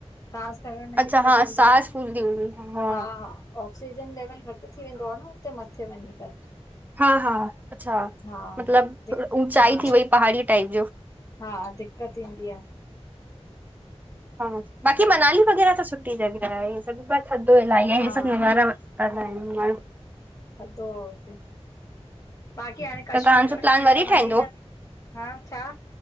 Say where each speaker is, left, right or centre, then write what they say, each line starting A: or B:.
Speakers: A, on the left; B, on the right.
A: सांस खंएण में दिक्कत
B: अच्छा हा
A: थींदी
B: सांस
A: आ न,
B: फूलदी हूंदी हा
A: हा-हा ऑक्सीजन लेवल घटि थी वेंदो आ न उते मथे वंञीं करे।
B: हा- हा अच्छा
A: हा
B: मतिलबु
A: दिक
B: थोड़ ऊचाई
A: हा
B: थी वई पहाड़ीअ टाइप ॼो
A: हा दिक्क़त ईंदी आ।
B: हा बाक़ी मनाली वगैरह त सुठी ॼॻह आहे हे सभु पर थदो इल्हाई आ
A: हा
B: हे सभु नज़ारां <unintelligible> दा आहिन माण्हू।
A: थदो आ हुते ॿाक़ी हांणें
B: त
A: कश्मीर
B: तव्हांजो
A: वश्मीर
B: प्लान वरी
A: त वंञीं
B: ठहंदो
A: न हा छा